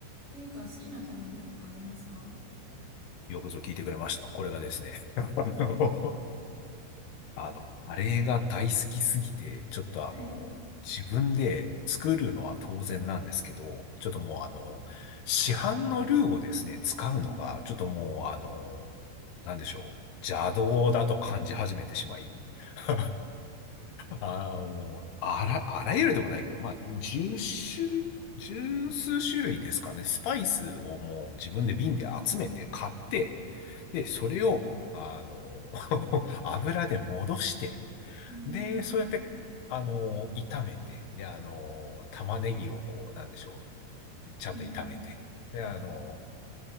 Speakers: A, on the right; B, on the left.
A: 何か好きな食べ物とかありますか <laughs>
B: よくぞ聞いてくれました。これがですね、<laughs> あの、あのカレーが大好きすぎて、ちょっとあの、
A: はい。
B: 自分で作るのは当然なんですけど、ちょっともうあの、市販のルーをですね、使うのが、
A: うん。
B: ちょっともうあの、なんでしょう。邪道だと感じ始めてしまい。<laughs> あーもう、あら、あらゆるでもないけど、まあ、1種類、十数種類ですかね、スパイスをもう自分で瓶で集めて買って、
A: うん。
B: で、それを、あの、<laughs> 油で戻して、
A: えー、
B: で、そうやって、あの、炒めて、で、あの、玉ねぎをこう、なんでしょう、ちゃんと炒めて、
A: うん。
B: で、
A: はい。
B: あの、